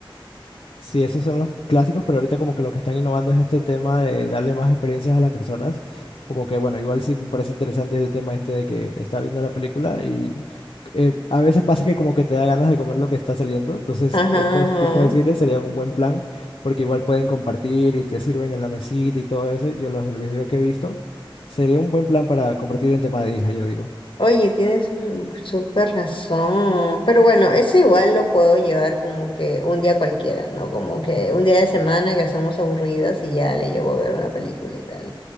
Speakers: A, on the left (about 85°); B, on the left (about 70°).
A: Sí, esos son los clásicos, pero ahorita como que lo que están innovando es este tema de darle más experiencias a las personas. Como que, bueno, igual sí me parece interesante el tema este de que está viendo la película y eh, a veces pasa que como que te da ganas de comer lo que está saliendo. Entonces,
B: Ajá,
A: estos tipos de cines serían un buen plan porque igual pueden compartir y te sirven en la mesita y todo eso. Yo los, los videos que he visto, sería un buen plan para compartir entre madre e hija, yo digo.
B: Oye, tienes un súper razón. Pero bueno, eso igual lo puedo llevar como que un día cualquiera, ¿no? Como que un día de semana que estamos aburridas y ya le llevo a ver una película y tal.